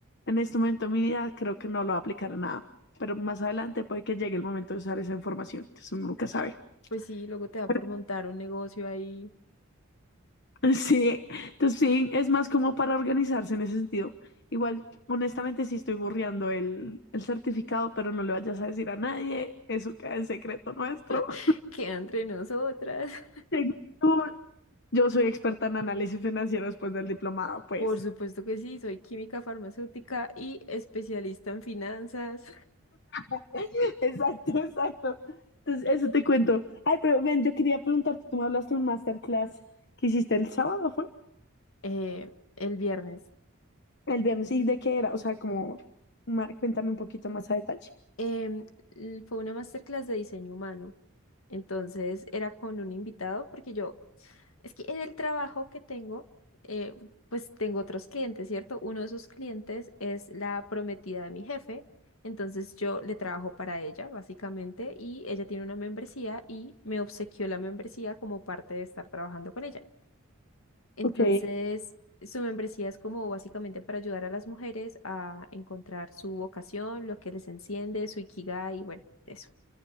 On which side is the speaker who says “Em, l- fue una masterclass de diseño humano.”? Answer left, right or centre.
Left